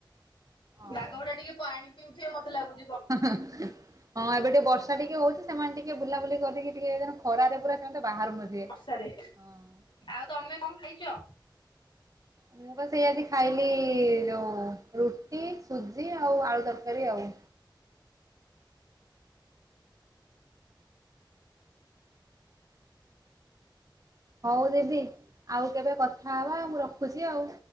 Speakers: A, on the right; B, on the left.
A: ହଉ
B: ବାଘ ଗୁଡା ଟିକେ ପାଣି ପିଉଥିବେ ମତେ ଲାଗୁଚି ବ
A: ହଁ ହଁ ଇଁଗ ହଁ ଏବେ ଟିକେ ବର୍ଷା ଟିକେ ହଉଚି ସେମାନେ ଟିକେ ବୁଲାବୁଲି କରିକି ଟିକେ ଏଇଦିନା ଖରାରେ ପୁରା ସେମାନେ ବାହାରୁ ନଥିବେ।
B: ସରି ସ୍
A: ହଁ।
B: ଆଉ ତମେ କଁ ଖାଇଚ?
A: ମୁଁ ପା ସେଇଆଜି ଖାଇଲି ଯୋଉ ରୁଟି ସୁଜି ଆଉ ଆଳୁ ତରକାରୀ ଆଉ। ହଉ ଦିଦି ଆଉ କେବେ କଥା ହବା ମୁଁ ରଖୁଚି ଆଉ।